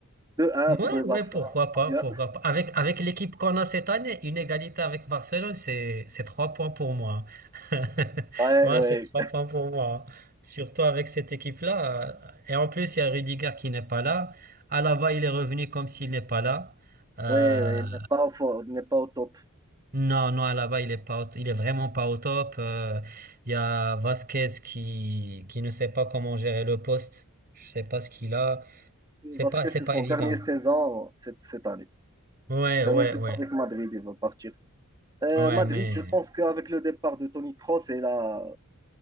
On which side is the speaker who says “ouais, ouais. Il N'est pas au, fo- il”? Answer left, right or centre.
Right